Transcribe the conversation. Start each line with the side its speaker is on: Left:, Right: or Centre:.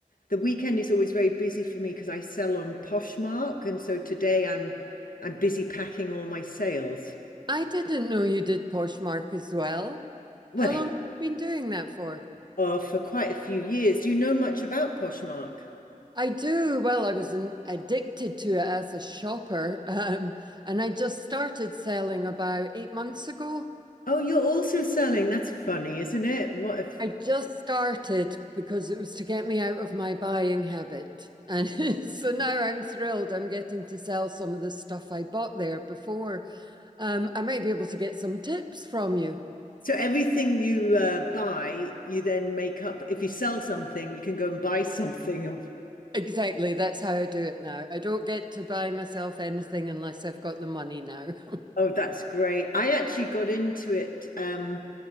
Left: the weekend is always very busy for me because I sell on Poshmark, and so today I'm I'm busy packing all my sales.
Right: I didn't know you did Poshmark as well.
Left: Well,
Right: How long have you been doing that for?
Left: <laughs> oh, for quite a few years. Do you know much about Poshmark?
Right: I do. Well, I was an, addicted to it as a shopper, <laughs> um, and I just started selling about eight months ago.
Left: Oh, you're also selling. That's funny, isn't it? What a
Right: I just started because it was to get me out of my buying habit. And <laughs> so now I'm thrilled I'm getting to sell some of the stuff I bought there before. Um, I might be able to get some tips from you.
Left: So everything you uh, buy, you then make up. If you sell something, you can go and buy <laughs> something. of-
Right: Exactly, that's how I do it now. I don't get to buy myself anything unless I've got the money now. <laughs>
Left: Oh, that's great. I actually got into it. Um,